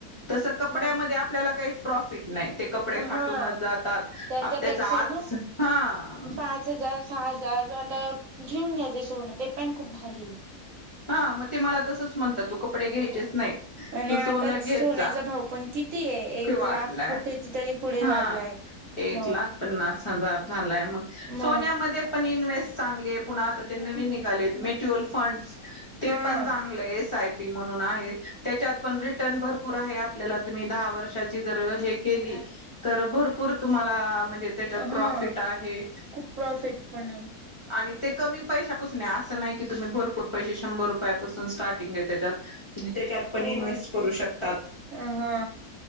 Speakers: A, on the left; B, on the right.
A: तसं कपड्यामध्ये
B: मग
A: आपल्याला काही- प्रॉफिट नाही. ते कपडे फाटूनच
B: हा
A: जातात
B: त्याच्यापेक्षा
A: आप त्याच आज
B: ना
A: हा-.
B: पाच हजार हजार आता घेऊन घ्याचे सोनं ते पण खूप भारी.
A: हा मग ते मला तसंच- म्हणतात तु कपडे घ्यायाच नाही
B: आणि
A: तू
B: आताच
A: सोन घेत
B: सोन्याचा
A: जा
B: भाव पण किती आहे एक
A: वाढलाय
B: लाख कितीतरी पुढे वाढलाय.
A: हा एक
B: मग
A: लाख पन्नास हजार झालाय
B: म
A: सोन्यामध्ये पण इन्व्हेस्ट. चांगले. पुन्हा आता ते नवीन
B: म
A: निघालेत म्युच्युअल फंड्स ते
B: हा
A: पण चांगलंय. एस आय पी म्हणून आहे त्याच्यात पण रिटर्न भरपूर आहे आपल्याला तुम्ही दहा वर्षाची जर हे केली. तर भरपूर तुम्हाला म्हणजे त्याच्यात प्रॉफिट
B: हा
A: आहे
B: खूप प्रॉफिट पण आहे
A: आणि- ते कमी पैशापासून आहे असं नाही की तुम्ही भरपूर- पैसे शंभर रुपयापासून स्टार्टिंग आहे त्याच्यात. तुम्ही त्याच्यात पण इन्व्हेस्ट करू शकतात.
B: अ हा